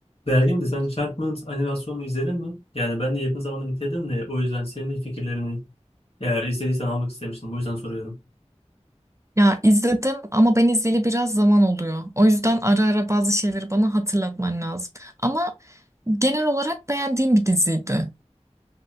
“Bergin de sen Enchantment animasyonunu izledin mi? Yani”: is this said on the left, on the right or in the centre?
Left